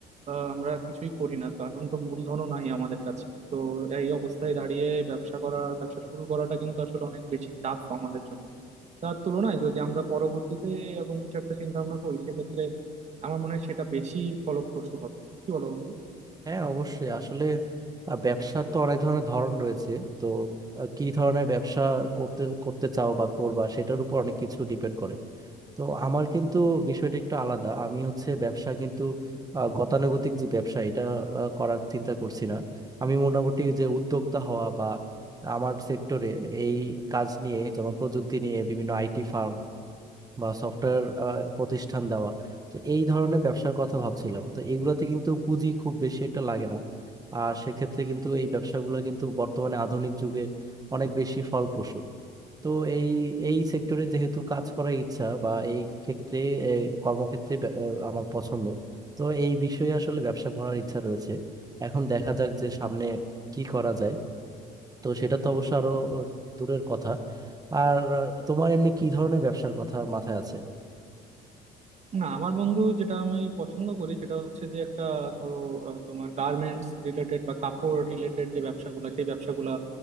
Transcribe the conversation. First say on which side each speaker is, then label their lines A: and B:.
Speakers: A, on the right; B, on the right.
A: আহ, আমরা কিছুই করি না তো এখন তো মূলধনও নাই আমাদের কাছে তো এই অবস্থায় দাঁড়িয়ে ব্যবসা করা ব্যবসা শুরু করাটা কিন্তু আসলে অনেক বেশি টাফ আমাদের জন্য তার তুলনায় যদি আমরা পরবর্তীতে এরকম কিছু একটা চিন্তা ভাবনা করি সেক্ষেত্রে আমার মনে হয় সেটা বেশি ফলপ্রসূ হবে কি বলো বন্ধু
B: হ্যাঁ অবশ্যই আসলে আহ, ব্যবসার তো অনেক ধরনের ধরন রয়েছে তো আহ, কি ধরনের ব্যবসা করতে করতে চাও বা করবা সেটার উপর অনেক কিছু ডিপেন্ড করে তো আমার কিন্তু বিষয়টা একটু আলাদা আমি হচ্ছে ব্যবসা কিন্তু আহ, গতানুগতিক যে ব্যবসা এটা আহ, করার চিন্তা করছি না আমি মোটামুটি যে উদ্যোক্তা হওয়া বা আমার সেক্টরে এই কাজ নিয়ে যেমন প্রযুক্তি নিয়ে বিভিন্ন আইটি ফার্ম বা সফটওয়্যার প্রতিষ্ঠান দেওয়া তো এই ধরনের ব্যবসার কথা ভাবছিলাম তো এগুলোতে কিন্তু পুঁজি খুব বেশি একটা লাগে না আর সেক্ষেত্রে কিন্তু এই ব্যবসাগুলো কিন্তু বর্তমানে আধুনিক যুগে অনেক বেশি ফলপ্রসূ তো এই এই সেক্টরে যেহেতু কাজ করার ইচ্ছা বা এই ক্ষেত্রে এ, কর্মক্ষেত্রে ব্য- আ, আমার পছন্দ তো এই বিষয়ে আসলে ব্যবসা করার ইচ্ছা রয়েছে এখন দেখা যাক যে সামনে কি করা যায় তো সেটা তো অবশ্য আরো আ, দূরের কথা আর আ, তোমার এমনি কি ধরনের ব্যবসার কথা মাথায় আছে
A: না আমার বন্ধু যেটা আমি পছন্দ করি সেটা হচ্ছে যে একটা ধরো আহ, তোমার গার্মেন্টস রিলেটেড বা কাপড় রিলেটেড যে ব্যবসাগুলো সেই ব্যবসাগুলো